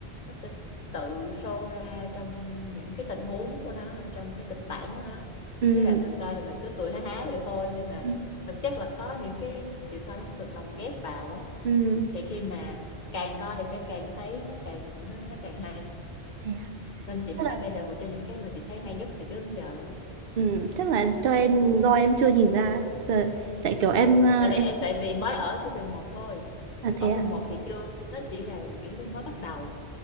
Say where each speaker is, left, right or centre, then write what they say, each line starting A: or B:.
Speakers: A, on the left (about 45°); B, on the right (about 60°).
A: nó sẽ tự show ra trong những cái tình huống của nó rồi trong cái kịch bản của nó
B: Ừ.
A: thế là mình coi thì mình cứ cười ha há vậy thôi nhưng mà
B: Ừ.
A: thực chất là có những cái chiều sâu nó được lồng ghép vào á
B: Ừ.
A: thì khi mà càng coi thì sẽ càng thấy nó càng nó, nó càng hay
B: Thế à?
A: nên chị mới
B: Tức là
A: nói đây là một trong những cái mà chị thấy hay nhất từ trước đến giờ luôn á
B: ừ, chắc là cho em do em chưa nhìn ra. ấy. Giờ tại kiểu em ờ,
A: tại vì
B: em
A: tại vì mới ở season một thôi
B: à thế
A: ở mùa
B: à.
A: một thì chưa nó chỉ là kiểu nó mới bắt đầu